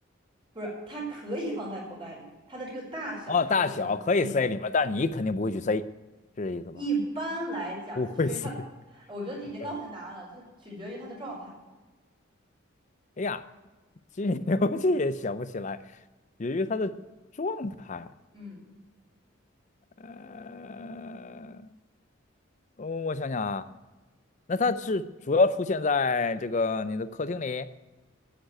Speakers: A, on the right; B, on the left.
A: 不是，它可以放在口袋里，它的这个大小是可以放在，
B: 哦，大小可以塞里面，
A: 嗯，
B: 但是你肯定不会去塞，是这意思吧？
A: 一般来讲，
B: 不会塞。
A: 那取决于它的，我觉得这已经告诉你答案了，
B: 嗯，
A: 它取决于它的状态，
B: 哎呀，这 <laughs> 我这也想不起来，由于它的状态，
A: 嗯
B: 呃，嗯我想想啊，那它是主要出现在这个你的客厅里，
A: 嗯，